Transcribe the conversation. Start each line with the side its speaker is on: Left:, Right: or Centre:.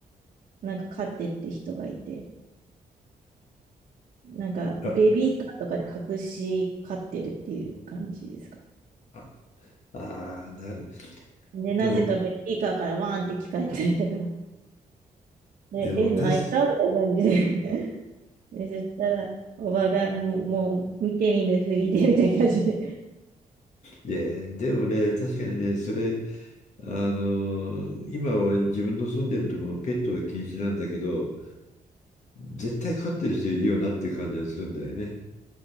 Right: なんか飼ってって人がいて、なんか、
Left: 当。
Right: ベビーカーとかで隠し飼ってるっていう感じですか。
Left: あ、あ、ああ、なる。
Right: で、
Left: でも、
Right: なぜかベビーカーからワーンって聞かれたりとか、で、
Left: でも、
Right: え、
Left: 確か
Right: 泣いたみたいな感じで。<laughs> で、そしたら、おばがもう、もう見てみぬふりでみたいな感じで
Left: いや、でもね、確かにね、それ、あの、今は自分の住んでるところのペットは禁止なんだけど、絶対飼ってる人いるよなっていう感じがするんだよね。